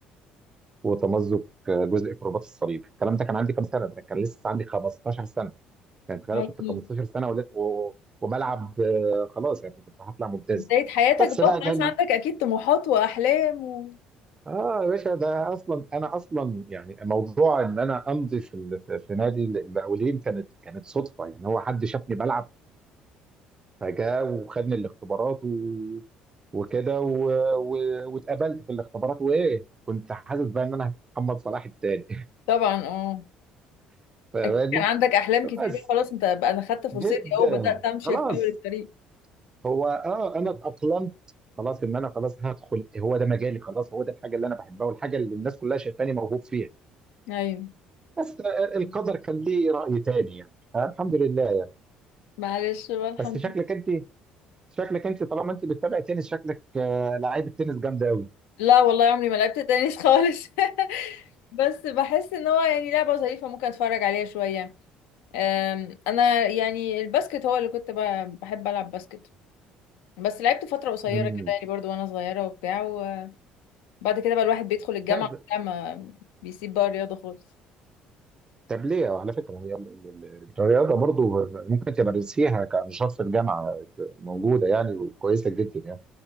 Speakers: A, on the right; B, on the left.
A: وتمزق جزء في رباط الصليب الكلام ده كان عندي كام سنه ده كان لسه عندي 15 سنه يعني تخيل
B: هاي
A: كنت 15 سنه ول- و... وبلعب آه، خلاص يعني كنت هطلع ممتاز
B: بدايه حياتك
A: بس
B: بقى
A: بقى
B: خلاص
A: جالي
B: عندك اكيد طموحات واحلام و...
A: اه يا باشا ده اصلا انا اصلا يعني موضوع ان انا امضي في ال- في في نادي المقاولين كانت كانت صدفه يعني هو حد شافني بلعب فجاء وخدني الاختبارات و... وكده و... و... واتقابلت في الاختبارات وايه كنت حاسس بقى ان انا محمد صلاح التاني
B: طبعا اه
A: <laughs> فاهماني؟
B: اكيد كان عندك احلام كتير
A: بس
B: بقى خلاص انت بقى انا خدت فرصتي
A: جدا
B: اهو بدات امشي
A: خلاص
B: في اول الطريق
A: هو اه انا اتاقلمت خلاص ان انا خلاص هدخل هو ده مجالي خلاص هو ده الحاجه اللي انا بحبها والحاجه اللي الناس كلها شايفاني موهوب فيها
B: ايوه
A: بس آه، القدر كان ليه راي تاني يعني فالحمد لله
B: معلش بقى الحمد
A: بس شكلك
B: لله
A: انت شكلك انت طالما انت بتتابع تنس شكلك آه، لعيبه تنس جامده قوي
B: لا والله عمري ما لعبت تنس خالص <laughs> بس بحس ان هو يعني لعبه ظريفه ممكن اتفرج عليها شويه أم، انا يعني الباسكت هو اللي كنت ب- بحب العب باسكت بس لعبت فتره قصيره
A: امم
B: كده يعني برضو وانا صغيره وبتاع وبعد كده بقى الواحد بيدخل الجامعه
A: طيب
B: وبتاع ما بيسيب بقى الرياضه خالص
A: طب ليه على فكره هي ال- ال- ال- الرياضه برضو ممكن تمارسيها كنشاط في الجامعه موجوده يعني وكويسه جدا يعني